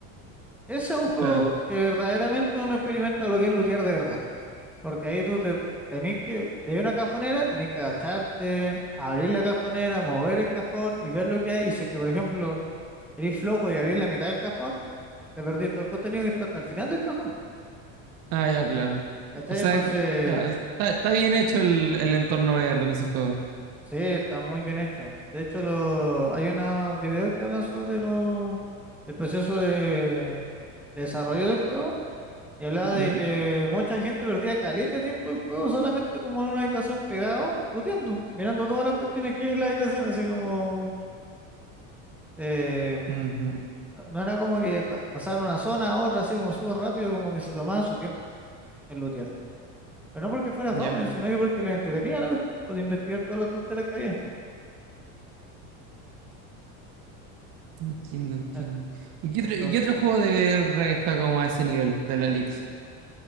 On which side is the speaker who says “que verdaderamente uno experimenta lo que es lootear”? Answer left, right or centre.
Centre